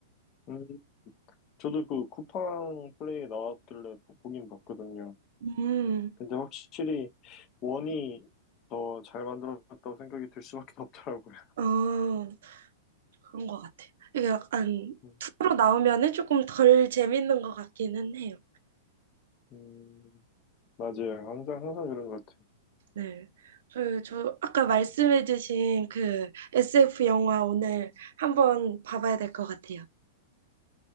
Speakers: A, on the left; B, on the right.
A: 음, 저도 그 쿠팡 플레이 나왔길래 보- 보긴 봤거든요.
B: 음,
A: 근데 확실히 원이 더 잘 만들었다고 생각이 들 수밖에 <laughs> 없더라고요.
B: 어, 그런 것 같아요. 이게 약간
A: 음,
B: 투로 나오면은 조금 덜 재밌는 것 같기는 해요.
A: 음, 맞아요. 항상, 항상 그런 것 같아요.
B: 네. 저, 저 아까 말씀해주신 그 SF 영화 오늘 한번 봐봐야 될 것 같아요.